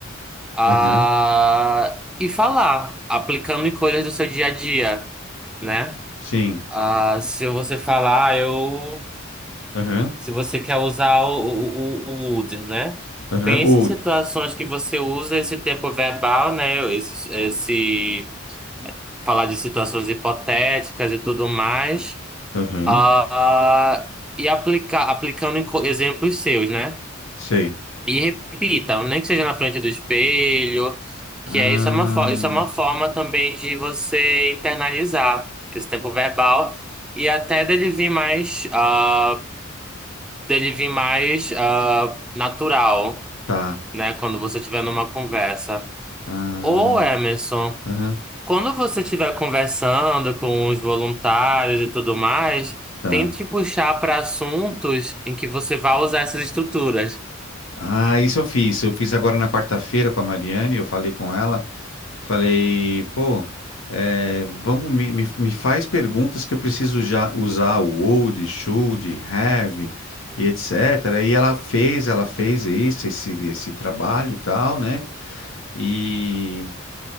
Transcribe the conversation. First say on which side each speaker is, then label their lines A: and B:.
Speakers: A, in the centre; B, on the left.
A: ah,
B: aham,
A: e falar, aplicando em coisas do seu dia a dia, né?
B: sim.
A: Ah, se você falar, "Ah, eu
B: Aham,
A: se você quer usar o, o, o o would, né?
B: aham,
A: Pense
B: old.
A: em situações que você usa esse tempo verbal, né? Esse, esse falar de situações hipotéticas e tudo mais.
B: Aham,
A: ah e aplicar, aplicando em co- exemplos seus, né?
B: sei.
A: E repita, nem que seja na frente do espelho, que
B: Ah,
A: é isso é uma, fo- isso é uma forma também de você internalizar esse tempo verbal e até dele vir mais. ah, dele vir mais ah, natural,
B: tá.
A: né? Quando você tiver numa conversa.
B: Ah,
A: Ou, Emerson,
B: aham,
A: quando você estiver conversando com os voluntários e tudo mais,
B: tá.
A: tente puxar para assuntos em que você vai usar essas estruturas.
B: Ah, isso eu fiz. Eu fiz agora na quarta-feira com a Mariane. Eu falei com ela. Falei, pô, é, vamos, me, me, me faz perguntas que eu preciso já usar o old, should, have e etc. E ela fez, ela fez isso, esse, esse trabalho e tal, né? E.